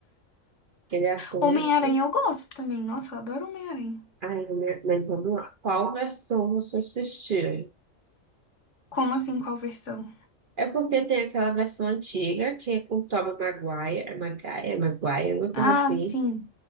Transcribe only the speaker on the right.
Que ele é ator.
Ai, meu- mas vamos lá. Qual versão você assistiu?
É porque tem aquela versão antiga, que é com o Tobey Maguire, é Maguire, é Maguire, uma
coisa assim.